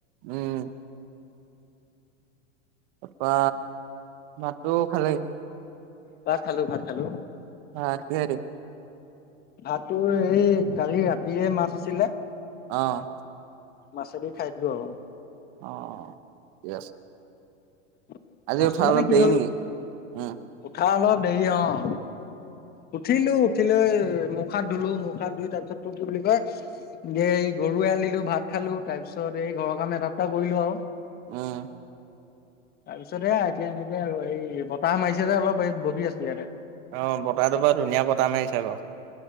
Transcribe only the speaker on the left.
ভাত খালো। ভাত খালো।
ভাতটো এই, কালি ৰাতিৰে মাছ আছিলে।
মাছে দি খাই দিলো আৰু।
উ
মাছটো
মানে
কি
হ'ল
উঠা অলত। দেই অহ। উঠিলো। উঠি লৈ মুখা হাত ধুলো, মুখাত ধুই তাৰপিছতটো কি বুলি কয়, যে গৰু এল দিলো ভাত খাই। খালো তাৰপিছত এই ঘৰৰ কাম এটা এটা কৰিলো আৰু।
তাৰপিছত এয়াই, এতিয়া এনেকে আৰু এই বতাহ মাৰিছে যে অলপ। বহি আছো ইয়াতে।